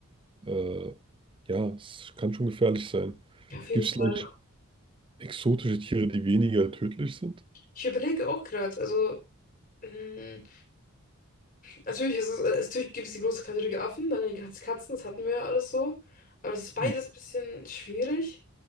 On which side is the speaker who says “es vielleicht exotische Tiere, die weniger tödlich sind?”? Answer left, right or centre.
Right